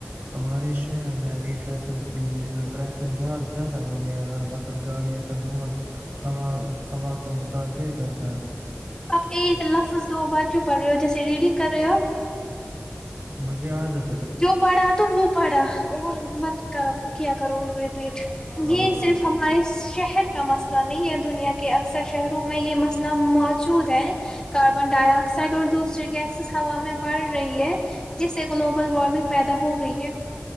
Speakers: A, on the right; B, on the left.
A: ہمارے شہر میں ابھی ٹریفک ٹریفک بہت زیادہ ہو گیا ہے ہر وقت گاڑیاں کا دھواں ہوا ہوا کو متاثر کرتا ہے
B: آپ ایک لفظ دو بار کیوں پڑھ رہے ہو جیسے ریڈنگ کر رہے ہو آپ
A: مجھے یاد آتی
B: جو پڑھا تو وہ پڑھا اور مت کرو کیا کرو پیٹ یہ
A: اوکے
B: صرف
A: اوکے
B: ہمارے شہر کے کا مسئلہ نہیں ہے دنیا کے اکثر شہروں میں یہ مسئلہ موت چود ہے کاربن ڈائی آکسائڈ اور دودھ دوسری گیس ہوا میں بڑھ رہی ہے جسے گلوب گ وارمنگ پیدا ہو رہی ہے